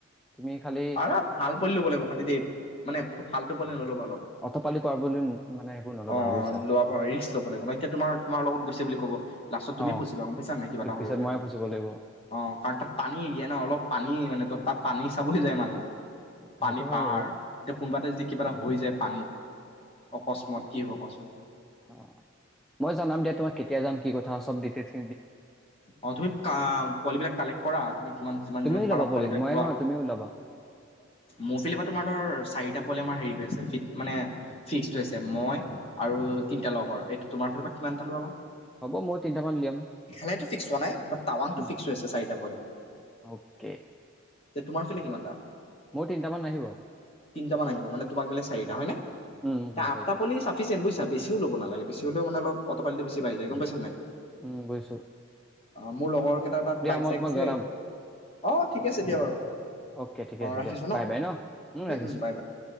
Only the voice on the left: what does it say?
আৰু ভাল পোৱালি ল'ব লাগিব খালী দেই মানে ফালতু পোৱালি নল'বা অলপ।
অ
লোৱা পৰা ৰিস্ক ল'ব লাগিব ন এতিয়া তোমাৰ তোমাৰ লগত গৈছে বুলি ক'ব, লাষ্টত তুমি
ফচিবা গম পাইছা নাই কিবা এটা
হৈ গ'লে।
অ কাৰণ তাত পানী এৰিয়া ন, অলপ পানীয়ে মানে তাত তাত পানী চাবলৈ যায় মানুহ। পানী
পাহাৰ
এতিয়া কোনবা এটা যদি কিবা এটা হৈ যায় পানীত। অকস্মত কি হ'ব কচোন?
অ তুমি কা পোৱালিবিলাক কালেক্ট কৰা তুমি কিমান যিমান
যিমান
পাৰা
পোৱালিবিলাক
লোৱা।
মোৰ ফিলি পা তোমাৰ ধৰ চাৰিটা পোৱালি আমাৰ হেৰি হৈ আছে। ফিত মানে ফিক্স হৈছে। মই- আৰু
তিনিটা লগৰ, এইটো। তোমাৰ ফালৰ পৰা কিমানটা লোৱা বা?
ইটো ফিক্স হোৱা নাই বাত টাৱাংটো
ফিক্স হৈ আছে চাৰিটা পোৱালি।
তে তোমাৰ ফিলে কিমানটা?
তিনটা মান আহিব মানে তোমাক মিলাই চাৰিটা হয় নে?
তে
আঠটা
পোৱালি চাফিচিয়েণ্ট বুইছা। বেছিও লব নালাগে। বেছি হ'লেও মানে অলপ অট পালিটো বেছি বাঢ়ি যায় গম পাইছা নাই?
অ মোৰ লগৰ কেটা তাত বাইক
চাইক
আছে।
অ ঠিকে আছে দিয়া বাৰু।
অ
ৰাখিছো
ন।
উম উম বাই বাই